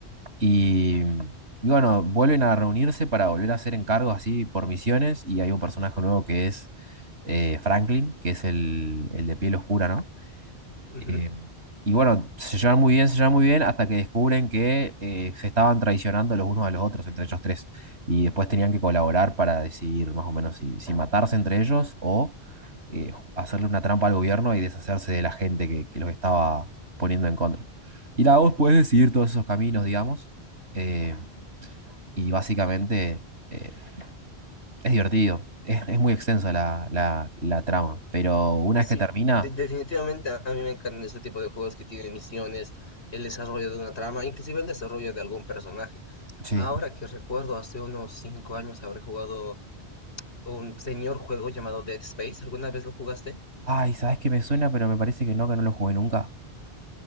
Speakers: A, on the right; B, on the left.
A: Y, y bueno, vuelven a reunirse para volver a hacer encargos así por misiones. Y hay un personaje nuevo que es eh, Franklin, que es el, el de piel oscura, ¿no?
B: ujú.
A: Eh, y bueno, se llevan muy bien, se llevan muy bien, hasta que descubren que eh, se estaban traicionando los unos a los otros, entre ellos tres. Y después tenían que colaborar para decidir más o menos si, si matarse entre ellos o eh, ju- hacerle una trampa al gobierno y deshacerse de la gente que, que los estaba poniendo en contra. Y la voz puede decidir todos esos caminos, digamos. eh, y básicamente eh, es divertido. Es, es muy extensa la, la la trama. Pero una vez
B: Sí,
A: que termina,
B: de- definitivamente a, a mí me encantan ese tipo de juegos que tienen misiones, el desarrollo de una trama, inclusive el desarrollo de algún personaje.
A: sí.
B: Ahora que recuerdo, hace unos cinco años habré jugado un señor juego llamado Dead Space. ¿Alguna vez lo jugaste?
A: Ay, ¿sabes qué me suena? Pero me parece que no, que no lo jugué nunca.